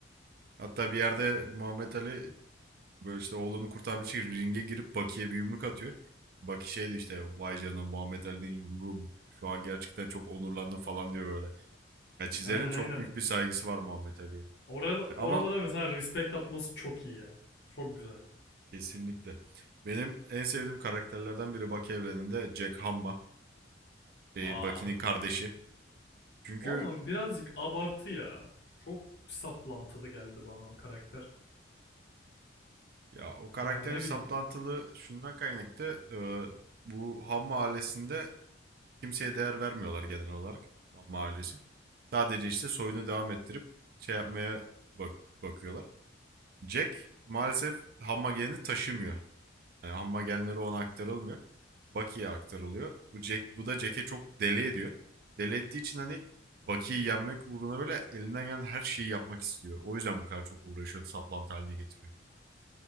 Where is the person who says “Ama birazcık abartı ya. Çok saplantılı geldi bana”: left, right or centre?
Left